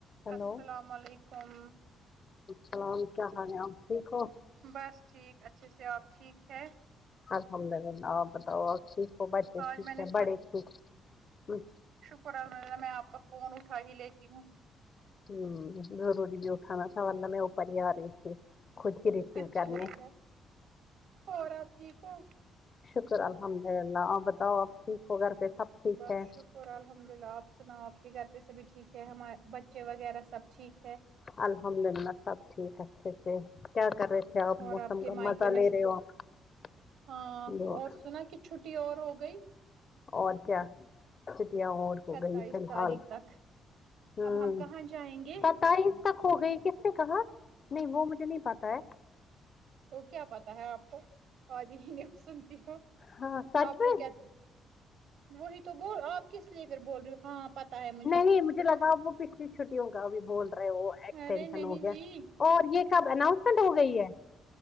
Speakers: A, on the left (about 40°); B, on the right (about 75°).
A: Hello
B: السلام علیکم
A: سلام کیا خال ہے آپ ٹھیک ہو
B: بس ٹھیک اچھے سے آپ ٹھیک ہے
A: ہمد بتاؤ بتاؤ اور تھیک ہو بچے
B: آج
A: تھیک
B: میں نے
A: ہے بڑے تھیک ہے
B: الحمدلہ میں آپ کا فون اٹھا ہی لیتی ہوں
A: ہ ضروری بھی اٹھاا سواللہ میں اپ ہی آ رہی خود ہی ریسیو
B: اچھی
A: کرنے
B: بات ہے اور آپ ٹھیک ہو
A: شکر الحمد للہ آپ بتاؤ آپ ٹھیک ہو گھر پے سب ٹھیک
B: بس
A: ہے
B: شکر الحمد للہ آپ سنا آپ کے گھر پہ سبھی ٹھیک ہے ہم بچے وغیرہ سب ٹھیک ہے
A: الحمد للہ سب ٹھیک اچھے سے کیا کر رہے تھے کیا آپ
B: اور
A: موسم
B: کے
A: کا
B: مائکے
A: مزہ لے
B: میں
A: رہے
B: سب؟
A: ہو آپ
B: ہاں
A: ب
B: اور سنا کی چھٹی اور ہو گئی
A: اور کیا چھٹیاں اور ہو
B: ستائیس
A: گئی فی الحال
B: تاریخ تک
A: ہوں
B: اب ہم کہاں جائیں گے
A: ستاوی تک ہو گئی کس نے کہا نہیں وہ مجھے نہیں پتہ ہے
B: تو کیا پتا ہے آپ کو آادی ہی نہیں سنتی ہ
A: ہاں سچ
B: آپ
A: میں
B: کو کیا وہی تو بول آپ کس لیے پھر بول رہی ہو ہاں پتا ہے
A: نہیں مجھے لگا اب وہ پچھلی چھٹی ہوںگا ابھی بول رہے وہ ایکسٹینشن
B: ارے نہیں
A: ہو گیا
B: جی
A: اور یہ کب اناؤنسمنٹ ہو گئی ہے